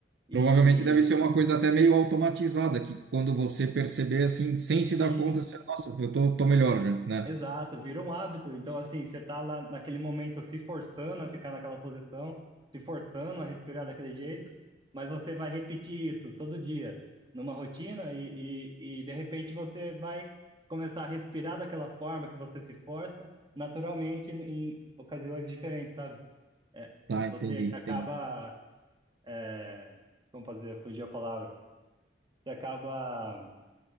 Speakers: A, on the right (about 25°); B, on the right (about 70°).
A: E
B: Provavelmente deve ser uma coisa até meio automatizada, que quando você perceber assim, sem se
A: sim,
B: dar conta, você, nossa, eu tô, tô melhor já, né?
A: Exato, vira um hábito. Então, assim, você tá lá naquele momento se forçando a ficar naquela posição, se forçando a respirar daquele jeito, mas você vai repetir isso todo dia, numa rotina, e, e, e de repente você vai começar a respirar daquela forma que você se força, naturalmente, em ocasiões diferentes, sabe? É,
B: Tá,
A: você
B: entendi,
A: acaba.
B: entendi.
A: É, como fazer? Fugiu a palavra. Você acaba.